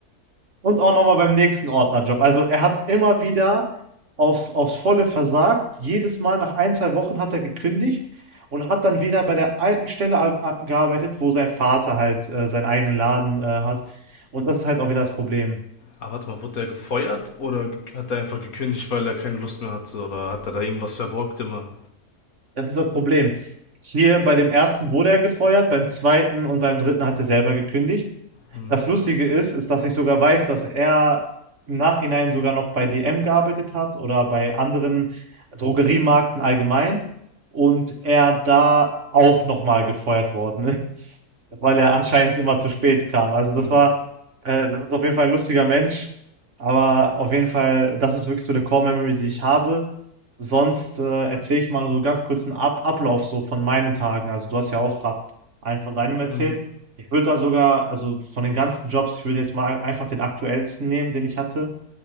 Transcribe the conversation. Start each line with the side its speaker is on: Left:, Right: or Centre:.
Right: und auch nochmal beim nächsten Ordnerjob. Also er hat immer wieder aufs, aufs Volle versagt. Jedes Mal nach ein, zwei Wochen hat er gekündigt und hat dann wieder bei der alten Stelle a- a- gearbeitet, wo sein Vater halt äh, seinen eigenen Laden äh, hat. Und das ist halt auch wieder das Problem.
Left: Aber warte mal, wurde er gefeuert oder hat er einfach gekündigt, weil er keine Lust mehr hatte? Oder hat er da irgendwas verbrockt immer?
Right: Das ist das Problem. Hier bei dem ersten wurde er gefeuert, beim zweiten und beim dritten hat er selber gekündigt.
Left: Hm,
Right: Das Lustige ist, ist, dass ich sogar weiß, dass er im Nachhinein sogar noch bei DM gearbeitet hat oder bei anderen Drogeriemarkten allgemein und er da auch nochmal gefeuert worden ist, <laughs> weil er anscheinend immer zu spät kam. Also das
Left: hm,
Right: war, äh, das ist auf jeden Fall ein lustiger Mensch, aber auf jeden Fall, das ist wirklich so eine Core Memory, die ich habe. Sonst äh, erzähle ich mal so ganz kurz einen Ab Ablauf so von meinen Tagen. Also du hast ja auch gerade einen von deinem erzählt.
Left: hm,
Right: Ich würde da sogar, also von den ganzen Jobs, ich würde jetzt mal einfach den aktuellsten nehmen, den ich hatte.